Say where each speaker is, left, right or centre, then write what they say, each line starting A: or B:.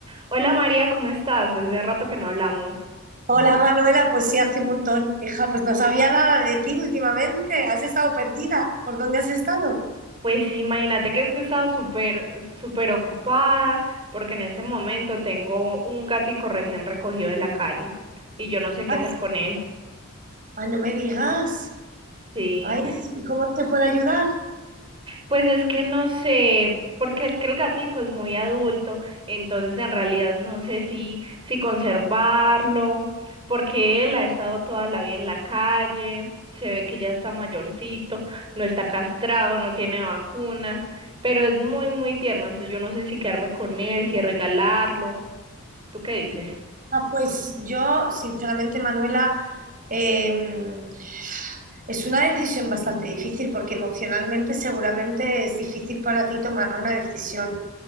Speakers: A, on the right; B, on the right.
A: Hola María, ¿cómo estás? Hace rato que no hablamos.
B: Hola Manuela, pues sí, hace un montón. Hija, pues no sabía nada de ti últimamente. Has estado perdida. ¿Por dónde has estado?
A: Pues sí, imagínate que es que he estado súper, súper ocupada porque en este momento tengo un gatico recién recogido de la calle y yo no sé qué
B: Ah,
A: hacer con él.
B: ah, no me digas.
A: Sí.
B: Ay, ¿cómo te puedo ayudar?
A: Pues es que no sé, porque es que el gatico es muy adulto, entonces en realidad no sé si, si conservarlo, porque él ha estado toda la vida en la calle, se ve que ya está mayorcito, no está castrado, no tiene vacunas, pero es muy, muy tierno, entonces yo no sé si quedarme con él, si regalarlo. ¿Tú qué dices?
B: Ah, pues yo, sinceramente, Manuela, eh, es una decisión bastante difícil porque emocionalmente seguramente es difícil para ti tomar una decisión.